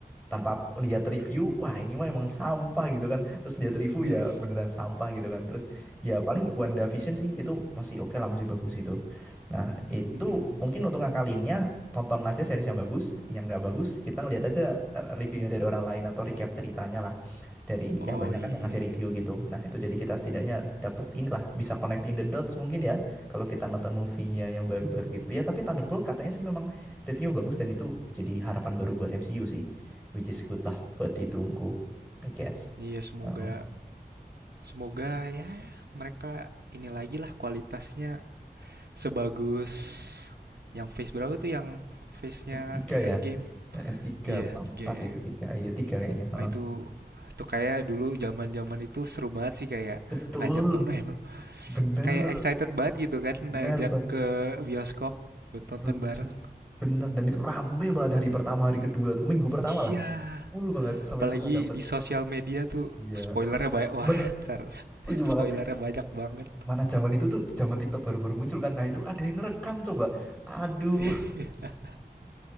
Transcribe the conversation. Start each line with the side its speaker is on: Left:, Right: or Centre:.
Centre: tanpa lihat review wah ini mah emang sampah gitu kan terus lihat review
Right: Mm-mm.
Centre: ya beneran sampah gitu kan terus ya paling WandaVision sih itu masih oke lah masih bagus itu nah itu
Right: Mm-mm.
Centre: mungkin untuk ngakalinnya tonton aja series yang bagus yang nggak bagus kita ngeliat aja eh, reviewnya dari orang lain atau recap ceritanya lah dari
Right: Oh
Centre: ya banyak
Right: iya
Centre: kan yang ngasih review
Right: iya.
Centre: gitu. Nah, itu jadi kita setidaknya dapat inilah bisa connecting the dots mungkin ya kalau kita nonton movie-nya yang baru-baru gitu. Ya, tapi Thunderbolt katanya sih memang reviewnya bagus dan itu jadi harapan baru buat MCU sih. Which is good lah buat ditunggu, I guess.
Right: Iya semoga
Centre: Heeh.
Right: semoga ya mereka ini lagi lah kualitasnya sebagus yang phase berapa tuh yang phase
Centre: Ti-
Right: nya
Centre: Tiga
Right: Endgame.
Centre: ya. Eh, eh, Tiga,
Right: Iya,
Centre: apa empat
Right: tiga ya.
Centre: itu tiga. Iya, tiga kayaknya. Heeh.
Right: Wah, itu itu kayak dulu zaman-zaman itu seru banget sih kayak
Centre: Betul.
Right: ngajak temen eh
Centre: Bener.
Right: kayak excited banget gitu kan
Centre: benar
Right: ngajak
Centre: banget.
Right: ke bioskop buat nonton
Centre: Setuju.
Right: bareng.
Centre: Bener. Dan itu rame banget hari pertama, hari kedua. tuh. Minggu pertama lah.
Right: Iya,
Centre: Full banget. Sampai
Right: Apalagi
Centre: susah dapet.
Right: di sosial media tuh
Centre: Iya.
Right: spoilernya banyak. Wah,
Centre: Benar,
Right: ntar <laughs>
Centre: setuju
Right: spoilernya
Centre: banget.
Right: banyak banget.
Centre: Mana zaman itu tuh, zaman TikTok baru-baru muncul kan. Nah itu ada yang ngerekam coba. Aduh,
Right: <laughs>